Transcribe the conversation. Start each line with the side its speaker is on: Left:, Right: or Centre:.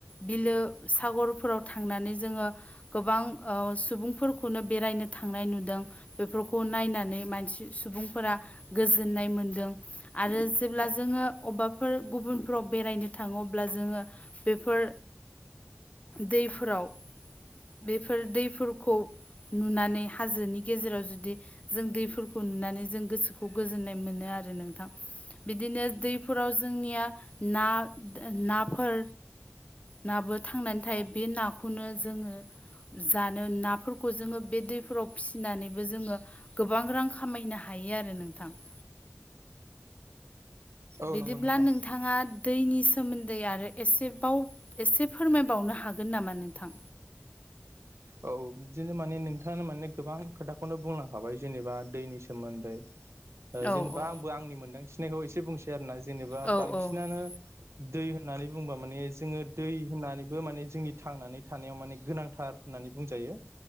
Left: बिलो सागरफोराव थांनानै जोङो गोबां ओ सुबुंफोरखौनो बेरायनो थांनाय नुदों। बेफरखौ नायनानै मानसि सुबुंफोरा गोजोननाय मोनदों। आरो जेब्ला जोङो अब्बाफोर गुबुनफोराव बेरायनो थाङो अब्ला जोङो बेफोर दैफोराव बेफोर दैफोरखौ नुनानै हाजोनि गेजेराव जुदि जों दैफोरखौ नुनानै जों गोसोखौ खौ गोजोननाय मोनो आरो नोंथां। बिदिनो दैफोराव जोंनिया ना नाफोर नाबो थांनानै थायो बे नाखौनो जोङो जानो नाफोरखौ जोङो बे दैफोराव फिसिनानैबो जोङो गोबां रां खामायनो हायो आरो नों थां <inaudible>
Right: औ औ
Left: बिदिब्ला
Right: नंगौ नोंथां
Left: नोंथाङा दैनि सोमोन्दै आरो एसेबाव एसे फोरमायबावनो हागोन नामा नोंथां?
Right: औ बिदिनो माने नोंथाङा माने गोबां खोथाखौनो बुंलांखाबाय जेनेबा दैनि सोमोन्दै। ओ
Left: औ
Right: जेनेबा
Left: औ
Right: आंबो आंनि मोनदांथिनायखौ एसे बुंसै आरोना जेनेबा
Left: औ
Right: बांसिनानो
Left: औ
Right: दै होननानै बुंबा माने जोङो दै होननानैबो माने जोंनि थांनानै थानायाव माने गोनांथार होननानै बुंजायो।